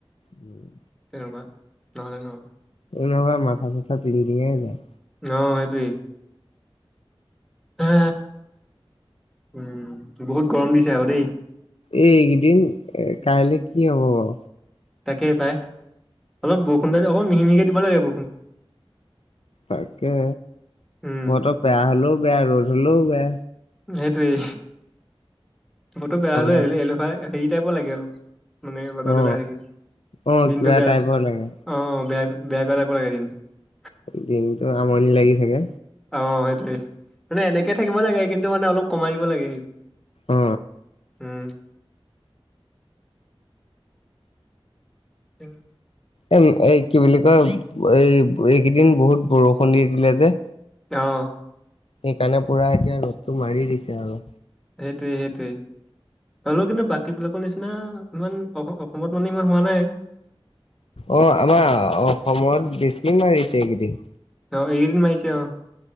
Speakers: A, on the left; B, in the centre.
A: উম।
B: তেনেকুৱা নহ'লে নহয়।
A: নহয় মাথা চাথা তিংটিঙাই যায়।
B: অ সেইটোৱেই। হে উম। বহুত গৰম দিছে আকৌ দেই।
A: এইকেইদিন। কাইলে কি হব বাও।
B: তাকে পায়। অলপ বৰষুণ দিল অ মিহি মিহিকে দিব লাগে বৰষুণ।
A: তাকে
B: উম
A: বতৰ বেয়া হ'লেও বেয়া, ৰ'দ হলেও বেয়া।
B: সেইটোয়ে বতৰ বেয়া
A: কৰা
B: হলে এলে আলেহুৱাই হেই টাইপ লাগে অলপ। মানে বতৰটো
A: অ
B: বেয়া হৈ থাকিলে।
A: অ
B: দিনটো
A: কিবা
B: বেয়া
A: টাইপৰ লাগে
B: অ বেয়া বেয়া। <unintelligible>
A: দিনটো আমনি লাগি থাকে।
B: অঁ সেইটোয়ে মানে এনেকে থাকিব লাগে কিন্তু মানে অলপ কমাই দিব লাগে।
A: অ
B: উম' উম'
A: এ' এ কি বুলি কয় এই এইকেইদিন বহুত বৰষুণ দি দিলে যে।
B: অঁ
A: সেইকাৰণে পুৰা এতিয়া ৰ'দটো মাৰি দিছে আৰু।
B: সেইটোৱে সেইটোৱে। হলো কিন্তু বাকী বিলাকৰ নিচিনা ইমান অসমত মানে ইমান হোৱা নাই?
A: অ আমাৰ অসমত বেছি মাৰিছে এইকেদিন।
B: অঁ এইকেইদিন মাৰিছে অঁ।